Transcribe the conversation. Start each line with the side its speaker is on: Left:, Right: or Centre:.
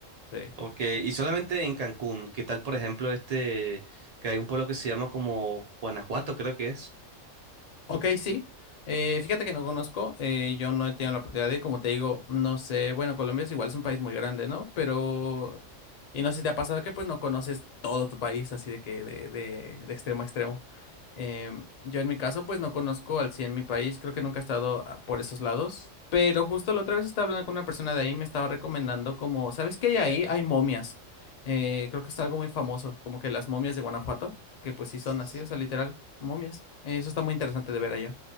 Left: sí.
Right: Ok, y solamente en Cancún, ¿qué tal por ejemplo este, que hay un pueblo que se llama como Guanajuato, creo que es?
Left: Ok, sí. Eh, fíjate que no conozco, eh, yo no he tenido la oportunidad de ir, como te digo, no sé, bueno, Colombia es igual, es un país muy grande, ¿no? Pero, y no sé si te ha pasado que pues no conoces todo tu país, así de que de, de, de extremo a extremo. Em, yo en mi caso pues no conozco al 100 mi país, creo que nunca he estado ah, por esos lados, pero justo la otra vez estaba hablando con una persona de ahí, y me estaba recomendando como, ¿sabes qué hay ahí? Hay momias. Eh, creo que es algo muy famoso, como que las momias de Guanajuato, que pues sí
Right: Sí,
Left: son
Right: sí,
Left: así, o sea, literal. Momias. Eh, Eso está
Right: sí.
Left: muy interesante de ver allá.